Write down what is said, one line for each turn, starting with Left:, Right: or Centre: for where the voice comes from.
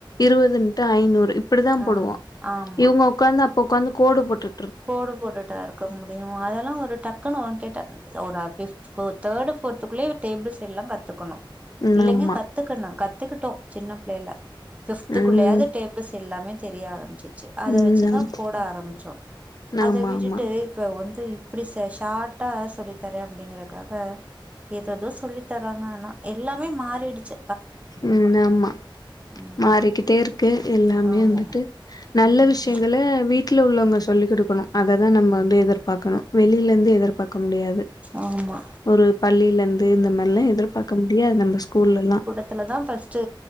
Left: இருவது இன்ட்டு ஐநூறு இப்டி தா
Right: ஆ
Left: போடுவோ
Right: ஆமா
Left: இவுங்க உக்காந்து அப்ப உக்காந்து கோடு போட்டு
Right: கோடு போட்டுட்டா இருக்க முடியும் அதெல்லா ஒரு டக்குன்னு அவன் கிட்ட ஒரு அட்லீஸ்ட் தேர்டு ஃபோர்த்து குள்ளயே டேபிள்ஸ் எல்லா கத்துகணு
Left: ம்
Right: பிள்ளைங்க
Left: ஆமா.
Right: கத்துகணு கத்துகிட்டோ சின்ன பிள்ளைல ஃபிப்துகுள்ளயாவ்து
Left: ம்.
Right: டே பில்ஸ் எல்லாமே தெரிய ஆரம்பிச்சிச்சி அத
Left: ம்.
Right: வச்சி
Left: ஆம்.
Right: தா போட ஆரம்பிச்சோ அத
Left: ஆமாமா.
Right: விட்டுட்டு இப்ப வந்து இப்டி சாட்டா சொல்லி தரே அப்டிங்கறக்காக ஏதேதோ சொல்லி தராங்க ஆனா எல்லாமே மாறிடுச்சி
Left: ம் ஆமா
Right: ம்
Left: மாறிகிட்டே இருக்கு எல்லாமே
Right: ஆமா
Left: வந்துட்டு நல்ல
Right: ம்
Left: விஷயங்கள வீட் வீட்ல உள்ளவங்க சொல்லி் குடுக்கணு அததா நம்ம வந்து எதிர்பாக்கணு வெளில இருந்து எதிர்பாக்க முடியாது
Right: ஆமா
Left: ஒரு பள்ளிலந்து இந்த மாரில்லா எதிர்பாக்க முடியாது நம்ப ஸ்கூல்லல்லா
Right: க்குலா தா ஃபர்ஸ்ட்டு